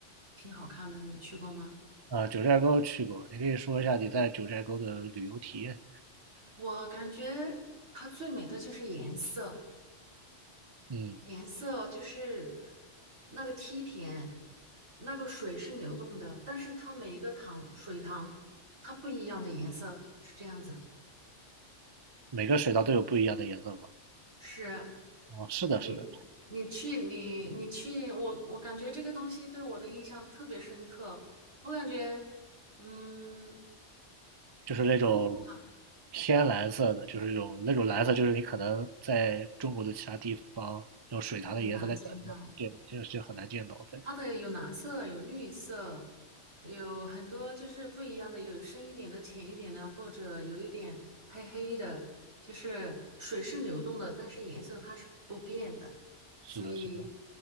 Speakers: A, on the right; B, on the right.
A: 挺好看的，你去过吗？
B: 呃，九寨沟去过，你可以说一下你在九寨沟的旅游体验。
A: 我感觉它最美的就是颜色，
B: 嗯，
A: 颜色就是那个梯田，那个水是流动的，但是它每一个塘水塘它不一样的颜色是这样子。
B: 每个水道都有不一样的颜色吧？
A: 是
B: 哦，是的，
A: 你你去你你去，
B: 是的，
A: 我我感觉这个东西对我的印象特别深刻。我感觉嗯，
B: 就是那种
A: 瀑布啊
B: 偏蓝色的，就是那种那种蓝色，就是你可能在中国的其他地方，那种水塘的颜色，
A: 很难见到。
B: 在家里面见，就是就很难见到。对，
A: 它的有蓝色，有绿色，有很多就是不一样的，有深一点的、浅一点的，或者有一点黑黑的，就是水是流动的，但是颜色它是不变的，
B: 是的，
A: 所以
B: 是的，